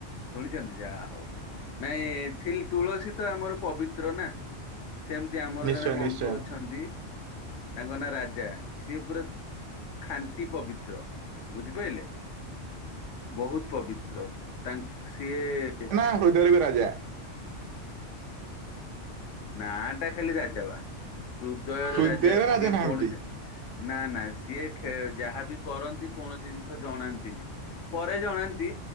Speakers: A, on the left; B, on the right.
A: ଶୁଣିଛନ୍ତି ଯାହା ହଉ ନାଇଁ ଥିଲ ତୁଳସୀ ତ ଆମର ପବିତ୍ର ନା? ସେମିତି ଆମର
B: ନିଶ୍ଚୟ
A: ଜଣେ ବନ୍ଧୁ
B: ନିଶ୍ଚୟ
A: ଅଛନ୍ତି। ତାଙ୍କ ନାଁ ରାଜା ସିଏ ପୁରା ଖାଣ୍ଟି ପବିତ୍ର ବୁଝିପାରିଲେ! ବହୁତ ପବିତ୍ର ତାଙ୍କ ସିଏ
B: ହୃଦୟରେ ବି ରାଜା।
A: ନା ଟା ଖାଲି ରାଜା ବା ହୃଦୟରେ
B: ହୃଦୟର
A: ରାଜା ସିଏ
B: ନାହାନ୍ତି
A: କଣ ନା ନା ସିଏ ଖେ ଯାହାବି କରନ୍ତି କୌଣସି ଜିନିଷ ଜଣାନ୍ତିନି। ପରେ ଜଣାନ୍ତି